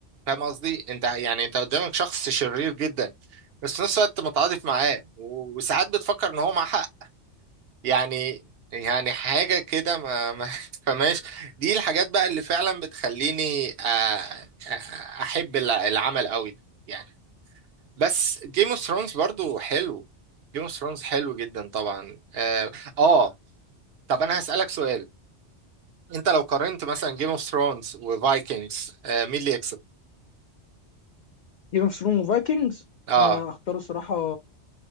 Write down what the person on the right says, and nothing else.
فاهم قصدي انت يعني انت قدامك شخص شرير جدا بس في نفس الوقت متعاطف معاه و- وساعات بتفكر ان هو معاه حق يعني يعني حاجة كده ما ما <laughs> تفهمهاش دي الحاجات بقى اللي فعلا بتخليني آه، آه، آه، احب الع- العمل قوي يعني بس جيم اوف ثرونز برضو حلو جيم اوف ثرونز حلو جدا طبعا اه آه، طب انا هسألك سؤال انت لو قارنت مثلا جيم اوف ثرونز وفايكنجز مين اللي يكسب
اه